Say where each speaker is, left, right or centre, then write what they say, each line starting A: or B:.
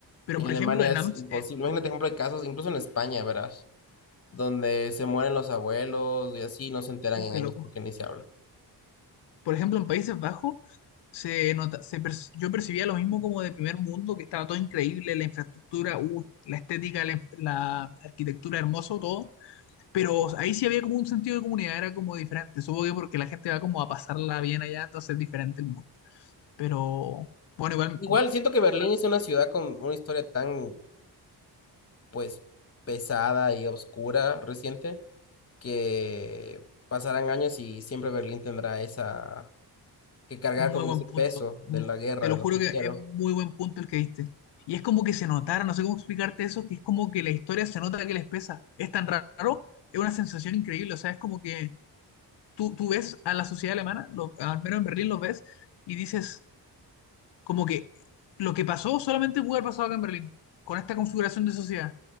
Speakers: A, on the left; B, on the left.
A: Pero
B: Y
A: por
B: en Alemania
A: ejemplo en
B: es
A: Amps,
B: imposible.
A: en...
B: Imagínate, por ejemplo, hay casos, incluso en España, verás, donde se mueren los abuelos y así no se enteran
A: Uh,
B: en
A: qué
B: años
A: loco.
B: porque ni se habla.
A: Por ejemplo, en Países Bajos se nota, se per- yo percibía lo mismo como de primer mundo, que estaba todo increíble, la infraestructura, uh, la estética, la, la arquitectura, hermoso, todo. Pero ahí sí había como un sentido de comunidad, era como diferente. Supongo que porque la gente va como a pasarla bien allá, entonces es diferente el mundo. Pero bueno, igual
B: Igual siento que Berlín es una ciudad con una historia tan pues pesada y oscura reciente, que pasarán años y siempre Berlín tendrá esa que cargar
A: Muy
B: con
A: buen
B: ese
A: punto.
B: peso de
A: Mu-
B: la guerra,
A: Te lo
B: de
A: juro
B: lo que
A: que
B: hicieron.
A: es muy buen punto el que diste. Y es como que se notara, no sé cómo explicarte eso, que es como que la historia se nota que les pesa. Es tan raro, es una sensación increíble. O sea, es como que tú, tú ves a la sociedad alemana, lo- al menos en Berlín los ves, y dices como que lo que pasó solamente pudo haber pasado acá en Berlín, con esta configuración de sociedad.